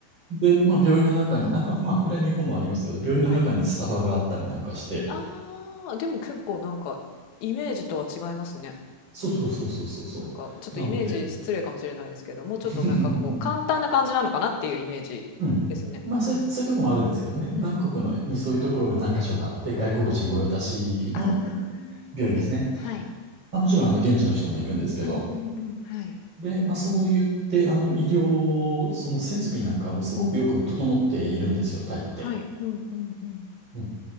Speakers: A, on the right; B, on the left.
A: で、まあ病院の中に、あ、まあ、まあこれは日本もありますけど、病院の中にスタバがあったりなんかして、
B: はい。ああ、でも結構なんかイメージとは違いますね。
A: そうそうそうそうそうそう。
B: なんかちょっとイメージ失礼かもしれないですけど、
A: なので、
B: もうちょっとなんかこう簡単な感じなのかなっていうイメージですね。
A: <laughs> うん。まあそういう、
B: うん。
A: そういうとこもあるんですけどね。
B: うんうん。
A: バンコクのにそういうところが何箇所かあって、外国人御用達のうん
B: はい。ああ、はい。
A: 病院ですね。
B: はい。
A: まあ、もちろんあの現地の人も行くんですけど、
B: うんうんうん。はい。
A: で、まあそう言って、あの医療、その設備なんかもすごくよく整っているんですよ、タイって。
B: はい。うんうんうん。
A: うん